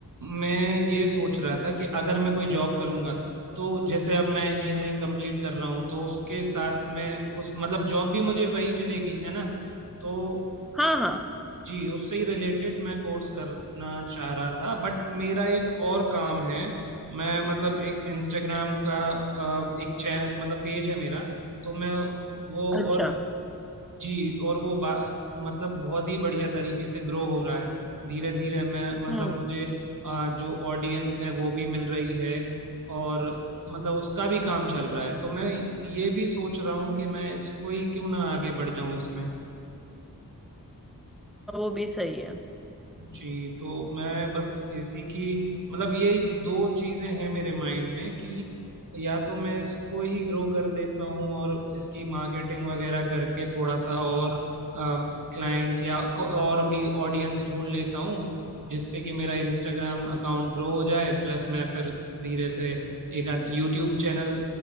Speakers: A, on the right; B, in the centre.
A: मैं ये सोच रहा था कि अगर मैं कोई जॉब करूंगा तो जैसे अब मैं इंजीनियरिंग कंप्लीट कर रहा हूँ तो उसके साथ में उस मतलब जॉब भी मुझे वही मिलेगी है ना तो
B: हाँ हाँ
A: जी उससे ही रिलेटेड मैं कोर्स करना चाह रहा था बट मेरा एक और काम है मैं मतलब एक इंस्टाग्राम का अ, एक चैनल मतलब पेज है मेरा तो मैं वो
B: अच्छा
A: और जी और वो बा, मतलब बहुत ही बढ़िया तरीके से ग्रो हो रहा है धीरे धीरे मैं मतलब
B: हम्म
A: मुझे अ, जो ऑडियंस है वो भी मिल रही है और मतलब उसका भी काम चल रहा है तो मैं ये भी सोच रहा हूँ कि मैं इसको ही क्यों ना आगे बढ़ जाऊं इसमें
B: वो भी सही है
A: जी तो मैं बस एसी की मतलब ये दो चीजें हैं मेरे माइंड में कि या तो मैं इसको ही ग्रो कर लेता हूँ और इसकी मार्केटिंग वगैरह करके थोड़ा सा और क्लाइंट्स या को- और भी ऑडियंस ढूंढ लेता हूँ जिससे कि मेरा इंस्टाग्राम अकाउंट ग्रो हो जाए प्लस मैं फिर धीरे से एक आध यूट्यूब चैनल